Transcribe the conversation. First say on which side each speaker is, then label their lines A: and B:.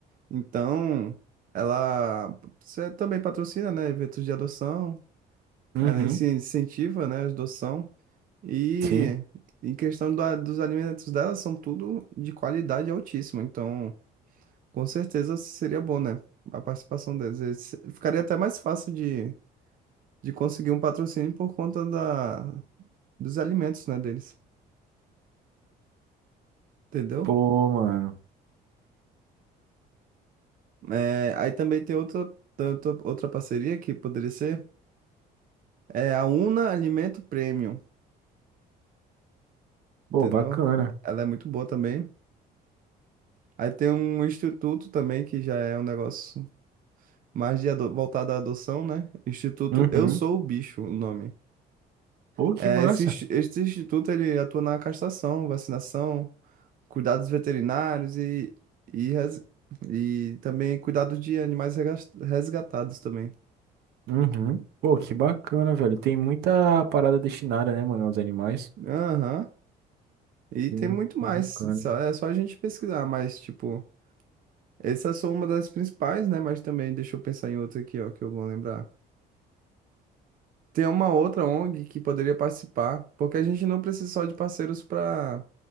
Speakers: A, on the right; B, on the right.
A: Então, ela você também patrocina, né, eventos de adoção.
B: Uhum.
A: Ela inci- incentiva, né, a adoção. E
B: Sim.
A: em questão da- dos alimentos dela, são tudo de qualidade altíssima. Então, com certeza seria bom, né, a participação deles. E se- Ficaria até mais fácil de, de conseguir um patrocínio por conta da, dos alimentos, né, deles. Entendeu?
B: Pô, mano.
A: É, aí também tem outra, tanto- outra parceria que poderia ser é a Una Alimento Premium,
B: Pô,
A: entendeu?
B: bacana.
A: Ela é muito boa também. Aí tem um instituto também que já é um negócio mais de ado- voltada à adoção, né? Instituto
B: Uhum.
A: Eu Sou o Bicho, o nome.
B: Pô, que
A: É,
B: massa.
A: esse, insti- esse instituto ele atua na castração, vacinação, cuidados veterinários e, e, res- e também cuidado de animais regas- resgatados também.
B: Uhum. Pô, que bacana, velho. Tem muita parada destinada, né, mano, aos animais.
A: Aham. E
B: Sim,
A: tem muito mais,
B: que bacana.
A: só- é só a gente pesquisar, mas tipo, essas são uma das principais, né? Mas também deixa eu pensar em outra aqui, ó, que eu vou lembrar. Tem uma outra ONG que poderia participar, porque a gente não precisa só de parceiros para